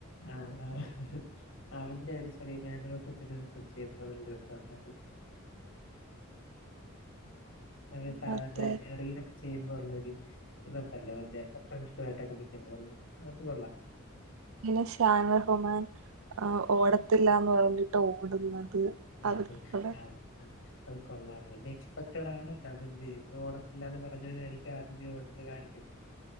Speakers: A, on the left; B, on the right.
A: ആഹ്, ആഹ് അവന്റെ ഒരു ചെറിയ മാനുറോസത്തിന്റെ ദിവസം ചെയ്ത് അതൊരു രസം ഉണ്ടരുന്നു. അവര് സാധാരണ
B: മറ്റേ
A: റീലക്ക ചെയ്യുമ്പോള്ള ഒരു ഇതുണ്ടല്ലോ അവന്റെ ഫ്രണ്ട്സുആയിട്ടൊക്കെ നിക്കുന്നത് കൊള്ള അത് കൊള്ളാം.
B: പിന്നെ ഷാൻ റഹ്മാൻ ഓടത്തില്ലാന്ന് പറഞ്ഞിട്ട് ഓടുന്നത്. അതൊക്കെക്കൂടെ
A: അത് ആ, അ അത് കൊള്ളാ പിന്നെ എക്സ്പെക്റ്റഡ് ആണല്ലോ അങ്ങ ഓടത്തില്ലാന്ന് പറഞ്ഞോനായിരിക്കും ആദ്യം ഓടന്ന് കാണിക്കുന്നത്.